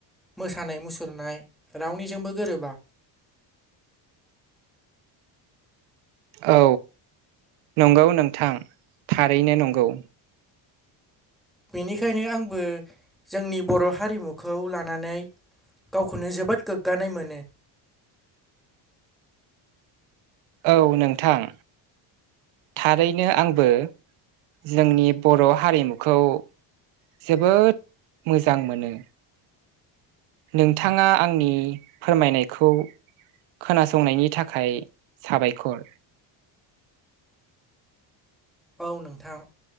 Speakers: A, in the centre; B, on the right.
A: मोसानाय मुसुरनाय रावनिजोंबो गोरोबा
B: औ नंगौ नोंथां थारैनो नंगौ
A: बेनिखायनो आंबो जोंनि बर' हारिमुखौ लानानै गावखौनो जोबोद गोग्गानाय मोनो
B: औ नोंथां थारैनो आंबो जोंनि बर' हारिमुखौ जोबोद मोजां मोनो नोंथाङा आंनि फोरमायनायखौ खोनासंनायनि थाखाय साबायखर
A: औ नोंथां